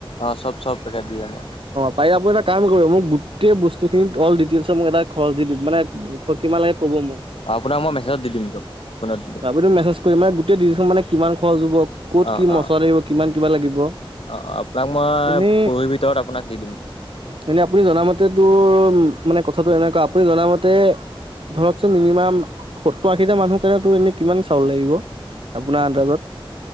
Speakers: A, on the left; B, on the right.
A: অ চব চব তখকে দি যাম অ
B: পাৰিলে আপুনি এটা কাম কৰিব মোক গোটেই বস্তুখিনিত অল ডিটেইলছত মোক এটা খৰচ দি দিয়ক মানে কিমান লাগে কব মোক
A: আপোনাক মই মেছেজত দি দিম দিয়ক ফোনত দি দিম
B: আপোনি মেছেজ কৰি মান গোটেই ডিলখন মানে কিমান খৰচ হ'ব ক'ত
A: অ',
B: কি মছলা
A: অ',
B: লাগিব কিমান কিবা লাগিব
A: অ অ আপোনাক মই
B: এনে
A: পৰহিৰ ভিতৰত আপোনাক দি দিম।
B: এনে আপুনি জনামতে তোৰ মানে কথাটো এনেকুৱা আপুনি জনামতে ধৰকচোন মিনিমাম সত্তৰ আশীটা মানুহ কাৰণে তো এনে কিমান চাউল লাগিব? আপোনাৰ আন্দাজত।